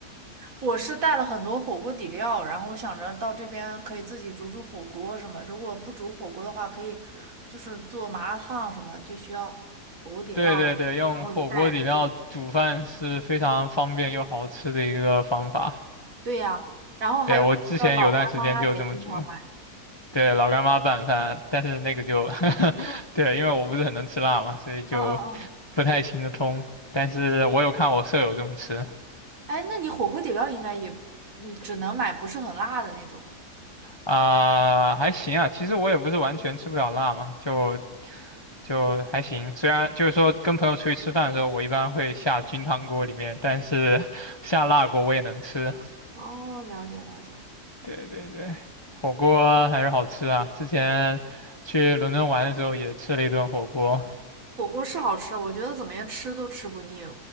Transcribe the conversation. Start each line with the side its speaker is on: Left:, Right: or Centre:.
Right: 我是带了很多火锅底料，然后我想着到这边可以自己煮煮火锅什么，如果不煮火锅的话，可以就是做麻辣烫什么，就需要火锅底料了，
Left: 对对对，用火锅底料煮饭是非常方便又好吃的一个方法。
Right: 然后我就带了这些。对呀，然后还有那个老干妈也经常买。
Left: 对，我之前有段时间就这么煮，对，老干妈拌饭，但是那个就，<laughs> 对，因为我不是很能吃辣嘛，所以就
Right: 嗯嗯嗯
Left: 不太行得通。但是我有看我舍友这么吃。
Right: 哎，那你火锅底料应该也，嗯，只能买不是很辣的那种。
Left: 啊、还行啊，其实我也不是完全吃不了辣嘛，就就还行。虽然就是说跟朋友出去吃饭的时候，我一般会下菌汤锅里面，但是 <laughs> 下辣锅我也能吃。
Right: 哦，了解了解。
Left: 对对对，火锅还是好吃啊。之前去伦敦玩的时候也吃了一顿火锅。
Right: 火锅是好吃，我觉得怎么样吃都吃不腻。